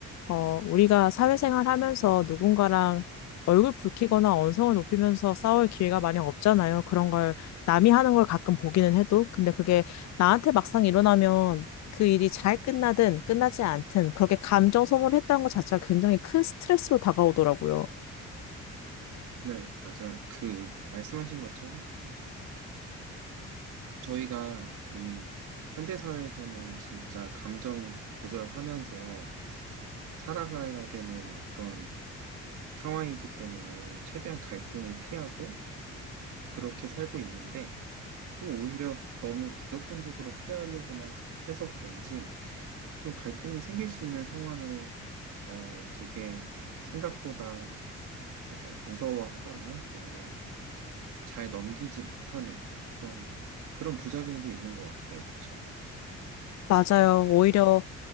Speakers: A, on the left; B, on the right.
A: 어, 우리가 사회생활 하면서 누군가랑 얼굴 붉히거나 언성을 높이면서 싸울 기회가 많이 없잖아요. 그런 걸 남이 하는 걸 가끔 보기는 해도. 근데 그게 나한테 막상 일어나면 그 일이 잘 끝나든 끝나지 않든 그렇게 감정 소모를 했다는 것 자체가 굉장히 큰 스트레스로 다가오더라고요.
B: 네, 맞아요. 그, 말씀하신 것처럼 저희가 이 현대사회에서는 진짜 감정 조절하면서 살아가야 되는 어떤 상황이기 때문에 최대한 갈등을 피하고 그렇게 살고 있는데 또 오히려 너무 무조건적으로 피하려고만 해서 그런지 또 갈등이 생길 수 있는 상황을 어, 되게 생각보다 어, 무서워하거나 아니면 잘 넘기지 못하는 어떤 그런 부작용도 있는 것 같아요. 그렇죠?
A: 맞아요. 오히려